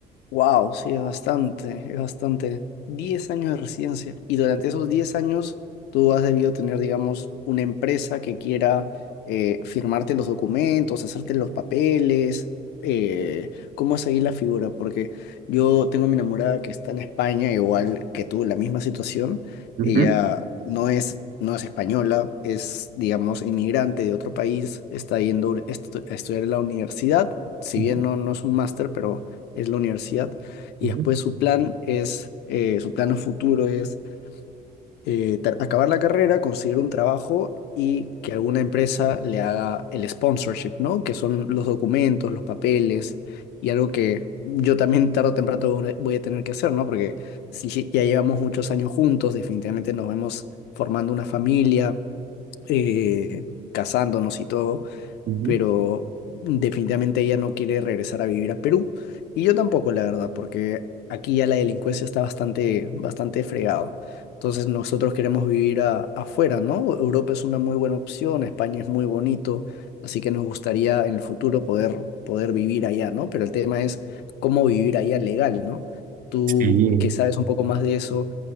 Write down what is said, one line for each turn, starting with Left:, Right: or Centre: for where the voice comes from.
Left: Wow, sí, es bastante, es bastante. diez años de residencia. Y durante esos 10 años, tú has debido tener, digamos, una empresa que quiera eh, firmarte los documentos, hacerte los papeles. eh, ¿cómo es ahí la figura? Porque yo tengo a mi enamorada que está en España, igual que tú, la misma situación.
Right: Ujú,
Left: Ella no es, no es española, es, digamos, inmigrante de otro país, está yendo estu- a estudiar en la universidad. Si
Right: ujú,
Left: bien no, no es un máster, pero es la universidad, y
Right: ujú,
Left: después su plan es, eh, su plan a futuro es eh, ter- acabar la carrera, conseguir un trabajo y que alguna empresa le haga el sponsorship, ¿no? Que son los documentos, los papeles y algo que yo también tarde o temprano voy a tener que hacer, ¿no? Porque si si ya llevamos muchos años juntos, definitivamente nos vemos formando una familia, eh, casándonos y todo
Right: ujú.
Left: pero definitivamente ella no quiere regresar a vivir a Perú. Y yo tampoco, la verdad, porque aquí ya la delincuencia está bastante, bastante fregado. Entonces nosotros queremos vivir a- afuera, ¿no? Europa es una muy buena opción, España es muy bonito, así que nos gustaría en el futuro poder, poder vivir allá, ¿no? Pero el tema es cómo vivir allá legal, ¿no? Tú
Right: Sí.
Left: que sabes un poco más de eso,